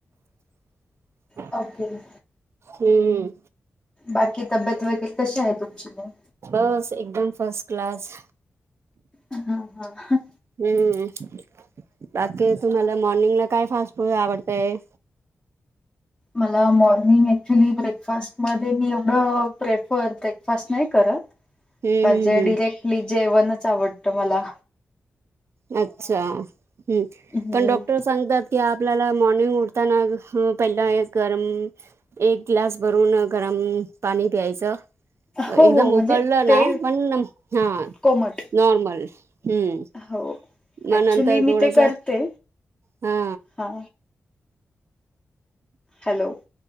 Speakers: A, on the right; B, on the left.
A: <inaudible>
B: काय केलं?
A: हम्म.
B: बाकी तब्येत वगैरे कशी आहे तुमची मग?
A: बस एकदम फसक्लास.
B: हा, हा.
A: हम्म. बाकी तुम्हाला मॉर्निंगला काय फास्ट फूड आवडतंय?
B: मला मॉर्निंग ऍक्च्युली ब्रेकफास्टमध्ये मी एवढं प्रेफर ब्रेकफास्ट नाही करत.
A: हम्म
B: म्हणजे
A: हम्म हम्म
B: डिरेक्टली जेवणच आवडत मला.
A: अच्छा हम्म,
B: हम्म
A: पण डॉक्टरच सांगतात की आपल्याला मॉर्निंग उठताना पहिला हं एक गरम एक ग्लास भरून गरम पाणी प्यायचं.
B: हो
A: एकदम
B: हो म्हणजे
A: उकळलं नाही,
B: ते
A: पण हा
B: कोमट
A: नॉर्मल. हम्म.
B: हो
A: मग
B: ऍक्च्युली
A: नंतर
B: मी
A: थोडासा
B: ते करते.
A: हा
B: हा. हॅलो,